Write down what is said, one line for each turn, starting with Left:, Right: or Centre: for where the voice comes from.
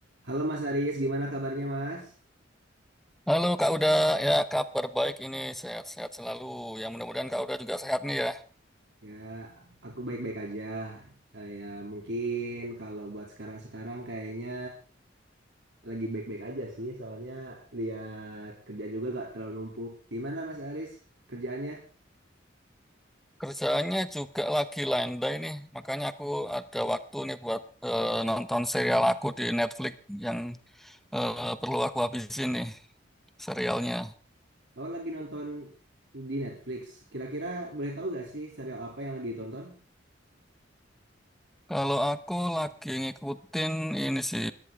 Right: Halo Mas Aris, gimana kabarnya Mas?
Centre: Halo Kak Uda, ya kabar baik ini sehat-sehat selalu. Yang mudah-mudahan Kak Uda juga sehat nih ya.
Right: Ya, aku baik-baik aja. Eh, Ya, mungkin kalau buat sekarang-sekarang kayaknya lagi baik-baik aja sih, soalnya lihat kerja juga gak terlalu numpuk. Gimana Mas Aris kerjaannya?
Centre: Kerjaannya juga lagi landai nih, makanya aku ada waktu nih buat eh, nonton serial aku di Netflix yang eh, perlu aku habisin nih serialnya.
Right: Kalau lagi nonton di Netflix, kira-kira boleh tahu gak sih serial apa yang lagi ditonton?
Centre: Kalau aku lagi ngikutin ini sih